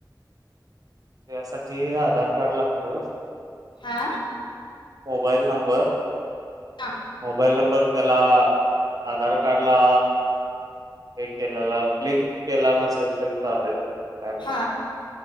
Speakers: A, on the right (about 50°); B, on the left (about 80°).
A: त्यासाठी आधार कार्ड लागत
B: हा
A: मोबाईल नंबर
B: हा
A: मोबाईल नंबर त्याला आधार कार्डला हे केले लिंक केला नसेल तरी चालेल. काय प्रॉब्लेम
B: हां